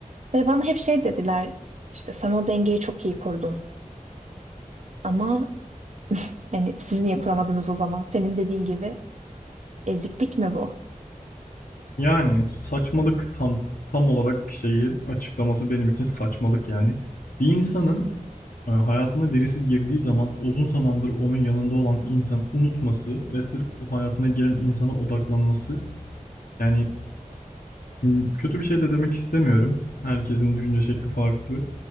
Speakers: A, on the right (about 55°); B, on the left (about 80°).
A: Ve bana hep şey dediler işte sen o dengeyi çok iyi kurdun ama yani siz niye kuramadınız o zaman? Senin dediğin gibi eziklik mi bu?
B: Yani saçmalık tam tam olarak şeyi açıklaması benim için saçmalık yani. Bir insanın e, hayatına birisi girdiği zaman uzun zamandır onun yanında olan insan unutması ve sırf o hayatına giren insana odaklanması yani Şimdi kötü bir şey de demek istemiyorum. Herkesin düşünce şekli farklı.